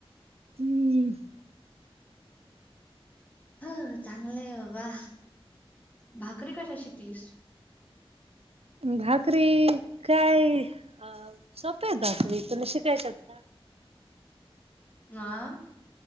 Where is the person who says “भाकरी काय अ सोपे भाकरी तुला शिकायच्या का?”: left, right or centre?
Right